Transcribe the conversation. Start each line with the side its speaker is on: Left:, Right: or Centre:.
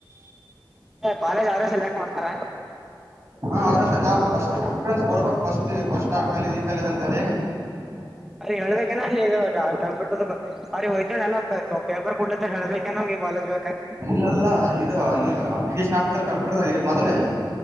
Centre: ಕಾಲೇಜ್ ಅವ್ರೇ ಸೆಲೆಕ್ಟ್ ಮಾಡ್ತಾರ.
Right: ಹಾ ಅವ್ರ ನಾವು ಫಸ್ಟ್ ಪ್ರಿಫರೆನ್ಸ್ ಕೊಡ್ಬೇಕ್ ಫಸ್ಟ್ ಫಸ್ಟ್ ಆ ಕಾಲೇಜ್ ಈ ಕಾಲೇಜ್ ಅಂತ ಹೇಳಿ.
Centre: ಅರಿ ಹೇಳ್ದಾಗೆನೆ <unintelligible> ಅ ಹಯ್ತಾರೆ ಎಲ್ಲ ಪೇಪರ್ ಕೊಡ್ಲ ಹೇಳಳ್ಬೇಕನಗೆ ಕಾಲೇಜ್ ಬೇಕಂತ.
Right: ಇಲ್ಲಲ್ಲ ಇದು ನೀ ಅಪ್ಲಿಕೇಶನ್ ಆಗ್ತಲ್ಲ ಕಂಪ್ಯೂಟರಾದು ಇಲ್ಲಿ ಮೊದಲೇ.